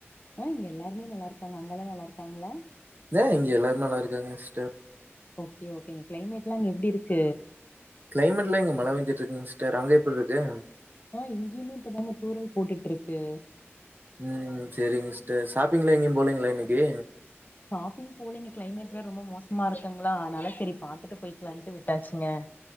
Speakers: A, on the left; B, on the right.
A: ஆ இங்க எல்லாருமே நல்லா இருக்காங்க அங்க எல்லா நல்லா இருக்காங்களா
B: ஏ இங்க எல்லாரு நல்லா இருக்காங்க சிஸ்டர்
A: ஓகே ஓகேங்க கிளைமேட்லா அங்க எப்டி இருக்கு
B: கிளைமேட்ல்லா இங்க மழபெஞ்சுட்டு இருக்குங்க சிஸ்டர் அங்க எப்டி இருக்கு
A: ஆ இங்கேயுமே இப்பதாங்க தூறல் போட்டுட்டு இருக்கு
B: ம் செரிங்க சிஸ்டர் ஷாப்பிங்லா எங்கேயு போலீங்களா இன்னைக்கு
A: ஷாப்பிங் போலிங்க கிளைமேட் வேறு ரொம்ப மோசமா இருக்குங்களா அதனால செரி பாத்துட்டு போயிக்கலான்ட்டு விட்டாச்சுங்க